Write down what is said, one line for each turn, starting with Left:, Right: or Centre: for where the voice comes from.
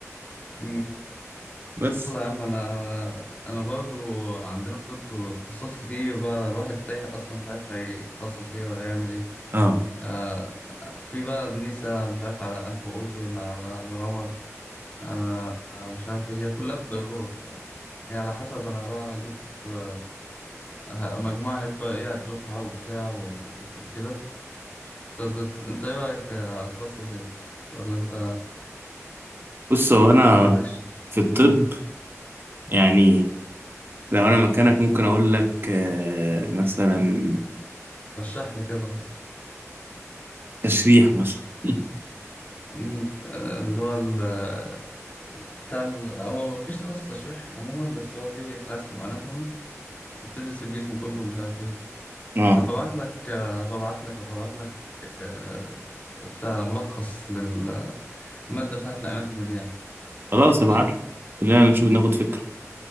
Left: بتعمل
Right: بس
Left: يلا يا عم انا انا برضو عندنا في طب تخصصات كتير بقى الواحد تايه اصلا مش عارف هيتخصص ايه ولا يعمل ايه
Right: اه
Left: آه في بقى نيسة مش عارف على انف واذن على رمد آه مش عارف ايه هي كلها بدرجات ف... يعني على حسب انا بقى هجيب آه، ه- مجموعة هيبقى ايه على الدفعة وبتاع وال... وكده انت انت انت ايه رأيك آه، هتخصص ايه ولا انت
Right: بص هو انا
Left: مالكش
Right: في الطب
Left: مم.
Right: يعني لو انا مكانك ممكن اقول لك آه مثلا
Left: رشح لي كده
Right: تشريح مثلا <laughs>
Left: أمم، آه، اللي هو ال- بتاع ال... هو مفيش تخصص تشريح عموما بس هو في بتاع اسمه اناتومي بتدرس الجسم كله ومش عارف ايه
Right: اه
Left: هبعت لك هبعت لك هبعت لك آه، بتاع ملخص للمادة بتاعت الاناتومي دي يعني
Right: خلاص
Left: ماشي
Right: ابعت لي، خلينا نشوف ناخد فكره